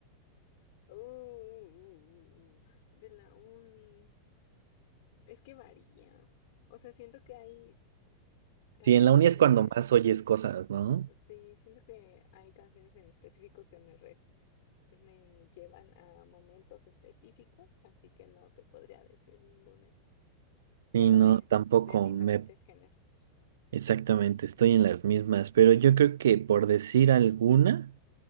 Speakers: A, on the left; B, on the right.
A: Uh, uh, uh, uh, uh, uh, de la uni. Es que varía. O sea, siento que hay canciones
B: Sí, en la uni
A: en...
B: es
A: eh,
B: cuando más oyes cosas, ¿no?
A: sí, siento que hay canciones en específico que me, re- me llevan a momentos específicos, así que no te podría decir ninguna. Tengo
B: Sí, no,
A: varias
B: tampoco.
A: de diferentes
B: Me
A: géneros.
B: Exactamente, estoy en las mismas, pero yo creo que por decir alguna,